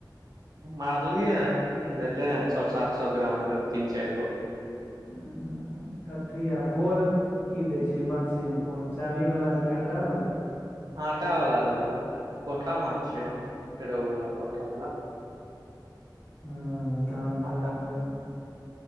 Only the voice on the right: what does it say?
मारलियै हँ, भेलै हँ, छओ सात सए ग्रामके तीन चारि गो।
आटा वाला देलौ, पोठा माछ छियै ने, रेहुवाला पोठा वाला।
आटा